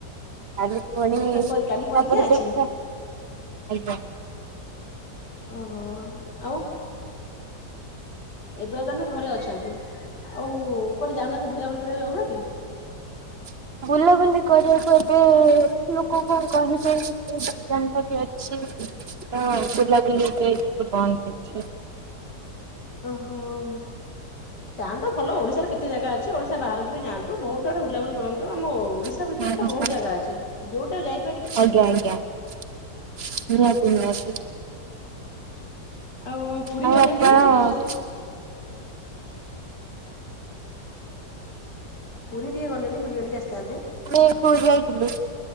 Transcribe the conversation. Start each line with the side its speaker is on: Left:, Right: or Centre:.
Right: ତାପରେ ପୁଣି
Left: ହଁ କାଲି ପରୀ କାଲି ପରୀକ୍ଷା
Right: ତାପରେ
Left: ଅଛି।
Right: ଦେଖିବା ଆଜ୍ଞା।
Left: ଓହୋ ଅହ ଆଉ? ଏବେ ଆଉ ତାନେ ଘରେ ଅଛନ୍ତି ଆଉ କୁଆଡେ ଯାଉନାହାନ୍ତି ବୁଲାବୁଲି କରିବାକୁ ଯାଉନାହାନ୍ତି?
Right: <inaudible> ବୁଲାବୁଲି କରିବାକୁ ଏବେ ଲୋକ କଣ କହିବେ ଏଗଜାମଟା ବି ଅ ଛି ତ ବୁଲାବୁଲି ଏବେ ଟିକେ ବନ୍ଦ ଅଛି।
Left: ଓହୋ। ତାହାନେ ତ ଭଲ ଓଡିଶାରେ କେତେ ଜାଗା ଅଛି ଓଡ଼ଶା ବାହାରକୁ ବି ଯାଆନ୍ତୁ ବୋହୁତ ଆଡେ ବୁଲାବୁଲି କରନ୍ତୁ ଆମ ଓଡି ଶା
Right: ହଁ
Left: ଭିତରେ ତ ବୋହୁତ
Right: ହଁ
Left: ଜାଗା ଅଛି ଯୋଉଟା ଯାଇ
Right: ଆଜ୍ଞା ଆଜ୍ଞା ନିହାତି ନିହାତି।
Left: ଆଉ ହଁ ପୁରୀ
Right: ଆଉ
Left: ଗଲେନି
Right: ଆପଣ
Left: ଟିକେ ବୁଲିବାଲି
Right: ଆମେ
Left: ପୁରୀ ଟିକେ ଗଲେନି ବୁଲବଲିକି ଆସିଥାଆନ୍ତେ।
Right: ଆମେ ପୁରୀ ଯାଇଥିଲୁ।